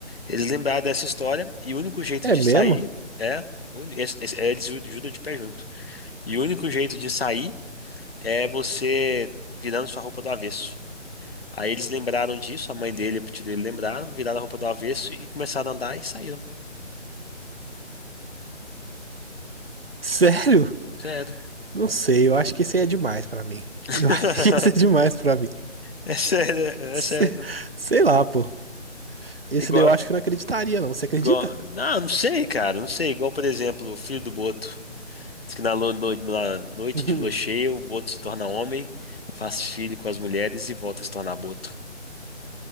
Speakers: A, on the left; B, on the right.
A: Eles lembraram dessa história e o único jeito
B: É
A: de
B: mesmo?
A: sair é. o uni- esse- esse- é, Eles ju- judam de pé junto. E o único jeito de sair é você virando sua roupa do avesso. Aí eles lembraram disso, a mãe dele e o tio dele lembraram, viraram a roupa do avesso e começaram a andar e saíram.
B: Sério?
A: Sério.
B: Não sei, eu acho que isso aí é demais pra mim.
A: <laughs>
B: Eu <laughs> acho que isso é demais pra mim.
A: É sério, é
B: Se-
A: é sério.
B: Sei lá, pô. Esse
A: Igual,
B: daí eu acho que eu não acreditaria, não. Você acredita?
A: igual. Ah, não sei, cara, não sei. Igual, por exemplo, o filho do Boto. Diz que na, lua- no- na noite
B: Uhum.
A: de lua cheia, o Boto se torna homem, faz filho com as mulheres e volta a se tornar Boto.